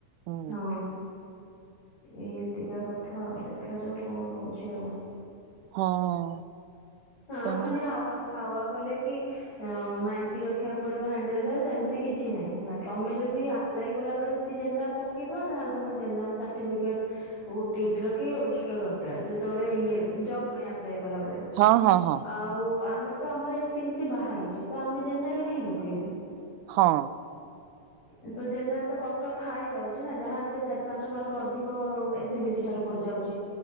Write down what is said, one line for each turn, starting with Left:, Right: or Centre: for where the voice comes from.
Right: ହୁଁ
Left: ହଁ ଏନ୍ତିକା କଥା ଆଉ ଦେଖାଯାଉ କଣ ହୋଉଚି ଆଉ।
Right: ହଁ।
Left: ହଁ
Right: ତେଣୁ
Left: ଖାଲି <unintelligible> ହାୱା କଲେ କି <unintelligible> ନାଇଣ୍ଟି ରଖିବାକୁ ପଡିବ ନାଇଣ୍ଟି ରଖିବା ସେମିତି କିଛି ନାଇଁ ହେଲା ତମେ ଯଦି ଆ ପ୍ଲାଇ କଲାବୋଳେ ଯଦି ଜେନେରାଲ ପକେଇଥିବ ତାହେଲେ ତମର ଜେନେରାଲ ସାର୍ଟିବିକେଟ୍ ଓଟି ଏଟିର କି <unintelligible> ଦରକାର ଯେତୋବୋଳେ ଇଏ ଜବ ପାଇଁ ଆପ୍ଲାଏ କଲା ବେଳେ।
Right: ହଁ ହଁ ହଁ।
Left: ଆଉ ଆମେ ତ ଆମର ଏସିି ବିସିି ବାହାରୁଚି ତ ଆମେ ଜେନେରାଲ କାହିଁ ପକେଇବୁ।
Right: ହଁ।
Left: ଉଁ ତ ଜେନେରାଲ ତ କଟଫ ହାଇ ଯାଉଚି ନା ଯାହାବି ହେଲେ ଚାରି ପାଞ୍ଚ ମାର୍କ ଅଧିକ ଏ ସି ବି ସି ଠାରୁ ପଡିଯାଉଚି।